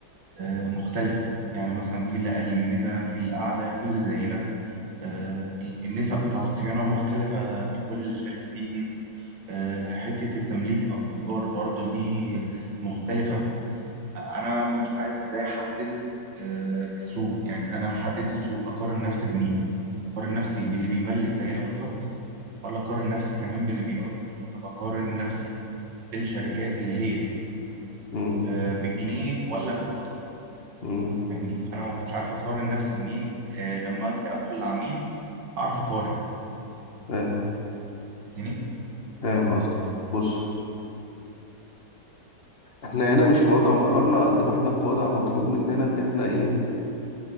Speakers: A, on the right; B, on the left.
A: آه، مختلفه يعني مثلا في اللي اقل مننا في اللي اعلى في اللي زينا آه، ال- النسب بتاعت الصيانه مختلفه في كل شركه فيهم آه، حته التمليك او الايجار برضو دي مختلفه انا مش عارف ازاي احدد آه، السوق يعني انا احدد السوق اقارن نفسي بمين اقارن نفسي باللي بيملك زينا بالظبط ولا اقارن نفسي كمان باللي بيأجر طب اقارن نفسي بالشركات اللي هي
B: أمم،
A: آه، بالجنيه ولا بالدولار
B: أمم،
A: فاهمني فانا ما كنتش عارف اقارن نفسي بمين آه، لما اجي ادخل لعميل اعرف اقارن
B: فاهم
A: تاني
B: فاهم قصدك بص احنا هنا مش وضع مقارنة قد ما احنا في وضع مطلوب مننا ان احنا ايه